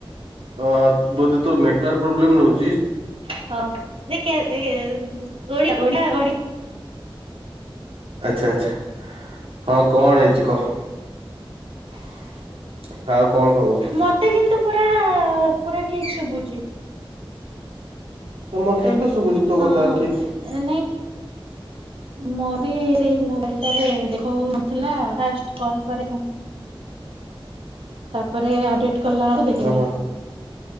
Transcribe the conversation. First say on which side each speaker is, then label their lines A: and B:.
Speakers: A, on the right; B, on the right.
A: ଅ ବୋଧେ ତ ନେଟୱାର୍କ ପ୍ରୋବ୍ଲେମ୍ ରହୁଚି।
B: ହଁ ଯେ କେ <unintelligible> ଓଡ଼ିଆ ଓଡ଼ିଆ ଓଡ଼ି
A: ଆଚ୍ଛା ଆଚ୍ଛା ହଁ କଣ ହେଇଚି କହ। <unintelligible> ଆଉ କଣ ଖବର?
B: ମତେ <unintelligible> ପୁରା ଠିକ୍ ଶୁବୁଚି।
A: ମତେ ବି ତ ଶୁବୁଚି ତୋ
B: ହଁ।
A: କଥା ଠିକ୍।
B: ମୁଁ ବି ସେଇ ମୋବାଇଲଟାରେ ଦେଖନଥିଲା ପରେ ତାପରେ ଅପଡେଟ କଲାଆଳୁ ଦେଖେଇଲା।
A: ଓହୋ